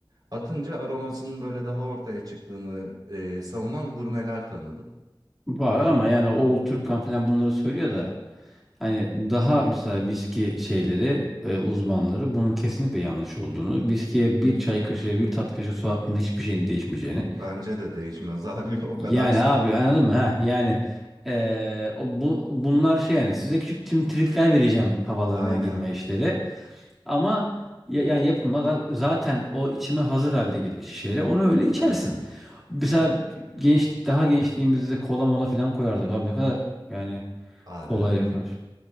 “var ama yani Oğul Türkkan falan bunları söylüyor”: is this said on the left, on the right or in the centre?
Centre